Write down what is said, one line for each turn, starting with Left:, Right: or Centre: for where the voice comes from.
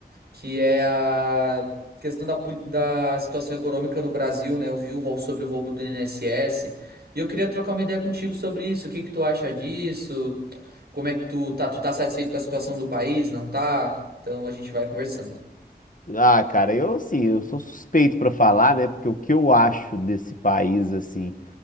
Right: que é a questão da, poli- da situação econômica no Brasil, né? Eu vi o rol- sobre o roubo do INSS. E eu queria trocar uma ideia contigo sobre isso. O que que tu acha disso? Como é que tu tá? Tu tá satisfeito com a situação do país? Não tá? Então a gente vai conversando.
Left: Ah, cara, eu assim, eu sou suspeito pra falar, né? Porque o que eu acho desse país, assim,